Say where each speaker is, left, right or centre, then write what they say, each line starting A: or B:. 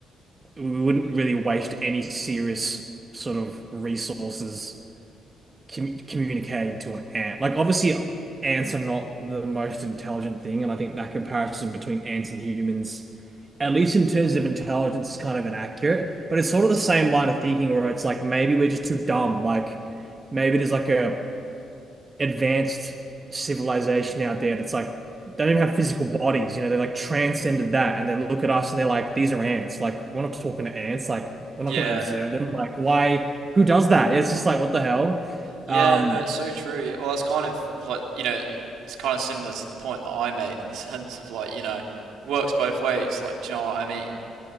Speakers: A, on the right; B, on the right.
A: we wouldn't really waste any serious sort of resources com communicating to an ant. Like obviously ants are not the most intelligent thing, and I think that comparison between ants and humans, at least in terms of intelligence, is kind of inaccurate. But it's sort of the same line of thinking where it's like maybe we're just too dumb. Like maybe there's like a advanced civilization out there that's like they don't even have physical bodies, you know, they like transcended that and they look at us and they're like, these are ants. Like we're not talking to ants, like we're
B: Yeah.
A: not gonna observe them. Like why who does that? It's just like what the hell?
B: Yeah,
A: Um
B: no, it's so true. Yeah, Well, it's kind of like, you know, it's kind of similar to the point that I made in the <laughs> sense of like, you know, works both ways. Like, do you know what I mean?